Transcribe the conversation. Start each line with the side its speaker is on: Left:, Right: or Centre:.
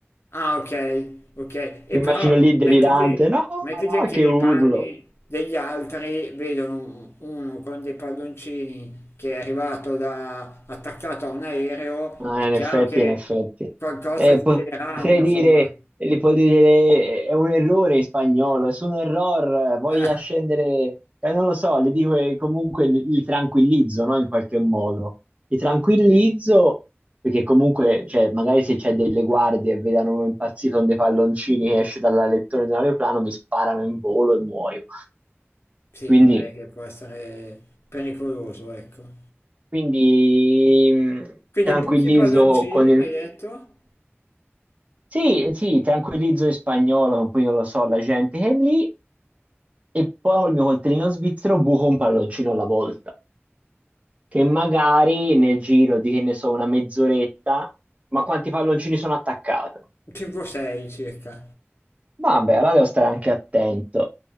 Left: Ah, ok, ok. E
Right: Mi immagino
Left: però
Right: lì delirante,
Left: mettiti,
Right: no,
Left: mettiti
Right: no,
Left: anche
Right: che
Left: nei
Right: urlo.
Left: panni degli altri, vedono un- uno con dei palloncini che è arrivato da, attaccato a un aereo,
Right: Ah,
Left: è
Right: in
Left: chiaro
Right: effetti,
Left: che
Right: in effetti.
Left: qualcosa
Right: Eh,
Left: ti
Right: potrei
Left: chiederanno, insomma.
Right: dire, li puoi dire, eh, è un errore in spagnolo, es un error, eh, voglio
Left: <laughs>
Right: scendere, eh, non lo so, li dico che comunque li, li tranquillizzo, no, in qualche modo. Li tranquillizzo perché comunque, cioè, magari se c'è delle guardie e vedono uno impazzito con dei palloncini che esce dalla lettore di un aeroplano, mi sparano in volo e muoio.
Left: Sì,
Right: Quindi,
Left: direi che può essere pericoloso, ecco.
Right: quindi mh,
Left: Quindi
Right: tranquillizzo
Left: buchi palloncini,
Right: con il,
Left: mi hai detto?
Right: Sì, eh, sì, tranquillizzo in spagnolo, poi non lo so, la gente che è lì, e poi col mio coltellino svizzero buco un palloncino alla volta, che magari nel giro di, che ne so, una mezz'oretta, ma quanti palloncini sono attaccato?
Left: 5-6 circa.
Right: Vabbè, allora devo stare anche attento.